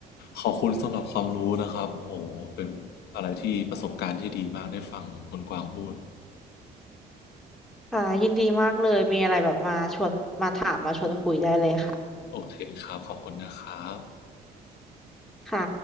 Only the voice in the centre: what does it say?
ค่ะยินดีมากเลยมีอะไรแบบมาชวนมาถามมาชวนคุยได้เลยค่ะ
ค่ะ